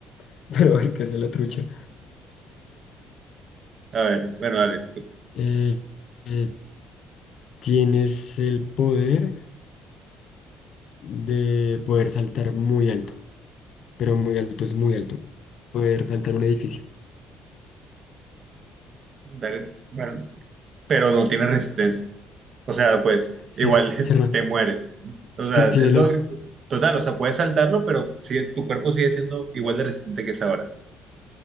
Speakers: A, on the left; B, on the right.
A: <laughs> pero a ver qué hace la trucha.
B: A ver, bueno, dale, te toca.
A: Eh, eh, tienes el poder de poder saltar muy alto, pero muy alto es muy alto. Poder saltar un edificio.
B: Dale, bueno, pero no tienes resistencia. O sea, pues
A: Ser,
B: igual <laughs>
A: ser,
B: te mueres. O sea,
A: ti- tiene
B: es lo-
A: los,
B: total, o sea, puedes saltarlo, pero sigue- tu cuerpo sigue siendo igual de resistente que es ahora.